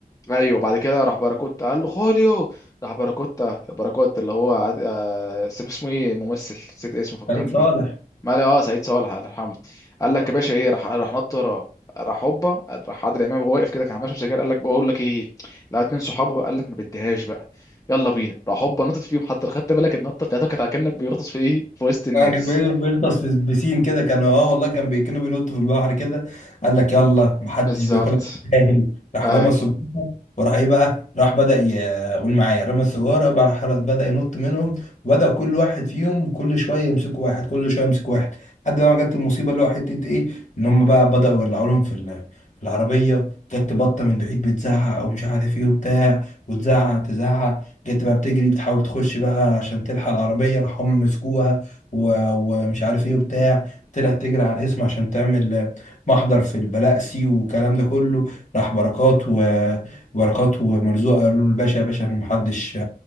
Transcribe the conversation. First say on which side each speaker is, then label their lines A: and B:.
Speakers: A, on the left; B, on the left.
A: ايوه بعد كده راح باراكوتا قال له خوليو راح باراكوتا باراكوتا اللي هو عاد- آه، اسم- اسمه ايه الممثل نسيت اسمه فكرني
B: سعيد صالح
A: بيه ما اه سعيد صالح الله يرحمه قال لك يا باشا ايه راح راح نط وراه راح هوبا راح عادل امام وهو واقف كده كان ماشي سجاير قال لك بقول لك ايه لا اتنين صحابه بقى قال لك ما بديهاش بقى يلا بينا راح هوبا نطت فيهم حتى لو خدت بالك النطه بتاعته كانت كانك بيغطس في ايه في وسط الناس
B: آه، كان بي- بيغطس في بسين كده كان اه والله كان بي- كانوا بينطوا في البحر كده قال لك يلا محدش
A: بالظبط
B: بياكلها جاهل راح
A: اي
B: رمى السجارة وراح ايه بقى راح بدأ ي- قول معايا رمى السجارة بقى راح بدأ ينط منهم وبدأ كل واحد فيهم كل شوية يمسك واحد كل شوية يمسك واحد لحد ما جت المصيبة اللي هو حتة ايه ان هم بقى بدأوا يولعوا لهم في ال- في العربية جت بطة من بعيد بتزعق او مش عارف ايه وبتاع وتزعق تزعق جت بقى بتجري بتحاول تخش بقى عشان تلحق العربية راح هم مسكوها و- ومش عارف ايه وبتاع طلعت تجري على الاسم عشان تعمل محضر في البلقسي والكلام ده كله راح بركات وبركات ومرزوق قالوا له الباشا يا باشا احنا محدش